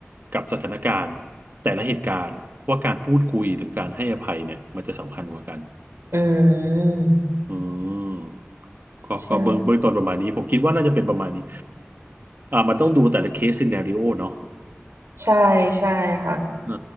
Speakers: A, on the right; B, on the right.
A: กับสถานการณ์แต่ละเหตุการณ์ว่าการพูดคุยหรือการให้อภัยเนี่ยมันจะสำคัญกว่ากัน
B: อืม
A: อืมก็ก็เบื้องเบื้องต้นประมาณนี้ผมคิดว่าน่าจะเป็นประมาณนี้
B: ใช่
A: อ่ามันต้องดูแต่ละเคสซีนาริโอเนาะ
B: ใช่ใช่ค่ะ
A: อ่า